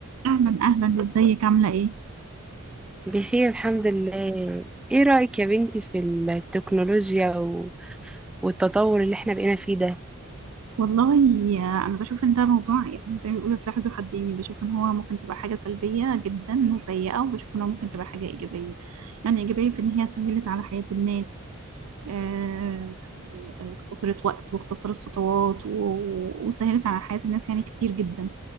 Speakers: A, on the right; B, in the centre.
A: اهلا اهلا ازيك عامله ايه
B: بخير الحمد لله ايه رأيك يا بنتي في التكنولوجيا و... والتطور اللي احنا بقينا فيه ده
A: والله آه، انا بشوف ان ده موضوع يعني زي ما بيقولوا سلاح ذو حدين يعني بشوف ان هو ممكن تبقى حاجه سلبيه جدا وسيئه وبشوف ان هو ممكن تبقى حاجه ايجابيه يعني ايجابيه في ان هي سهلت على حياه الناس آه، اختصرت وقت واختصرت خطوات و- وسهلت على حياه الناس يعني كتير جدا